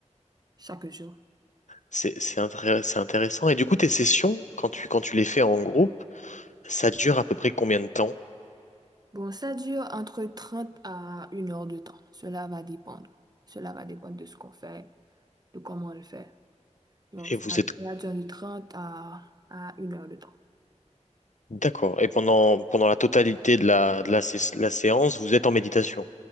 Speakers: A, on the right; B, on the left.
A: chaque jour.
B: C'est, c'est intré- c'est intéressant. Et du coup, tes sessions, quand tu, quand tu les fais en groupe, ça dure à peu près combien de temps?
A: Bon, ça dure entre 30 à une heure de temps. Cela va dépendre. Cela va dépendre de ce qu'on fait, de comment on le fait. Donc,
B: Et
A: ça,
B: vous
A: ça
B: êtes
A: dure de 30 à, à une heure de temps.
B: d'accord. Et pendant, pendant la totalité de la, de la, sé- la séance, vous êtes en méditation.